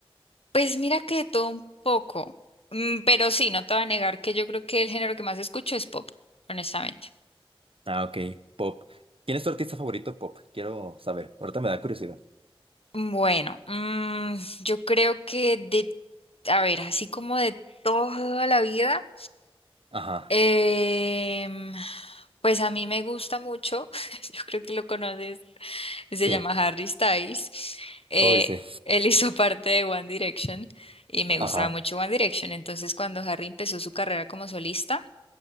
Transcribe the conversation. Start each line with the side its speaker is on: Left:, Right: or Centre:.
Left: Pues mira que de todo un poco. Mm, Pero sí, no te voy a negar que yo creo que el género que más escucho es pop, honestamente.
Right: Ah, ok. Pop. Pop. ¿Quién es tu artista favorito pop? Quiero saber, ahorita me da curiosidad.
Left: Bueno, mm, yo creo que de, a ver, así como de toda la vida,
Right: Ajá,
Left: em, pues a mí me gusta mucho, <laughs> yo creo que lo conoces, se
Right: sí,
Left: llama Harry Styles. Eh,
Right: uy, sí,
Left: él hizo parte de One Direction y me
Right: ajá,
Left: gustaba mucho One Direction. Entonces, cuando Harry empezó su carrera como solista,